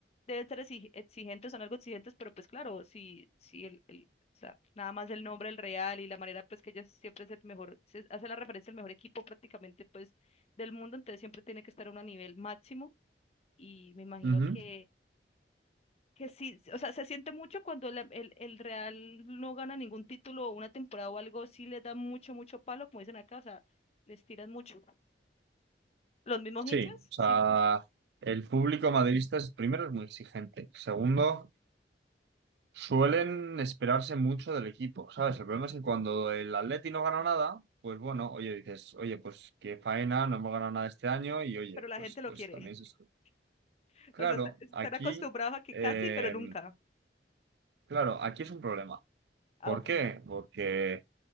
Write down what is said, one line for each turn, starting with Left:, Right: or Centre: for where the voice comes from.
Left: deben ser exi- exigentes, son algo exigentes, pero pues claro, si, si el, el- o sea, nada más el nombre del Real y la manera pues que ellos siempre es el mejor, se hace la referencia al mejor equipo prácticamente pues del mundo, entonces siempre tiene que estar a un nivel máximo y me imagino
Right: Ujú.
Left: que, que sí, o sea, se siente mucho cuando la- el, el Real no gana ningún título o una temporada o algo, sí les da mucho, mucho palo, como dicen acá, o sea, les tiran mucho los mismos
Right: Sí,
Left: hinchas,
Right: o sea,
Left: sí, mismos hinchas,
Right: el público madridista es, primero es muy exigente, segundo Suelen esperarse mucho del equipo, ¿sabes? El problema es que cuando el Atleti no gana nada, pues bueno, oye, dices, oye, pues qué faena, no hemos ganado nada este año y oye,
Left: pero la
Right: pues,
Left: gente lo
Right: pues
Left: quiere.
Right: también es esto.
Left: <laughs>
Right: Claro,
Left: O sea, está- están
Right: aquí,
Left: acostumbrados a que
Right: eh,
Left: casi, pero nunca.
Right: claro, aquí es un problema.
Left: Ah,
Right: ¿Por
Left: ok.
Right: qué? Porque,